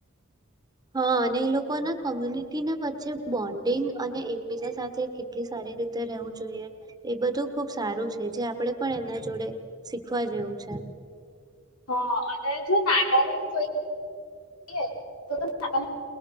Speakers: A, on the right; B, on the left.
A: હા અને એ લોકોના કોમ્યુનિટીના વચ્ચે બોન્ડિંગ અને એકબીજા સાથે કેટલી સારી રીતે રહેવું જોઈએ એ બધું ખુબ સારું છે જે આપણે પણ એમના જોડે શીખવા જેવું છે.
B: હ અને જો નાગાલેન્ડ જોઈ <unintelligible>